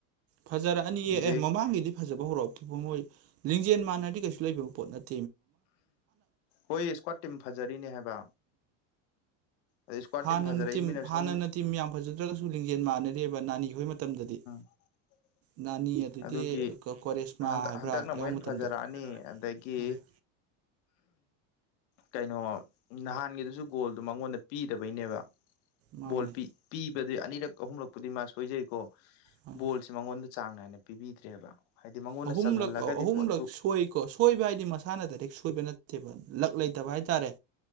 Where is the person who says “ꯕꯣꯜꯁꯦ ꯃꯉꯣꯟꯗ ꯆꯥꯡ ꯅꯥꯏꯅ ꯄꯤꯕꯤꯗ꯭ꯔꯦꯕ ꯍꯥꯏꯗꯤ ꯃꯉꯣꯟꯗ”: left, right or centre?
Left